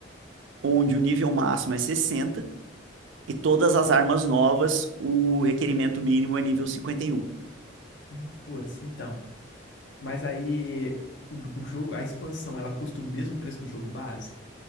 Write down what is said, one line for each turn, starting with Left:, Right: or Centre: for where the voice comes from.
Right: onde o nível máximo é 60 e todas as armas novas, o requerimento mínimo é nível 51.
Left: Uhum. Putz, então. Mas aí, o, o jogo, a expansão, ela custa o mesmo preço do jogo base?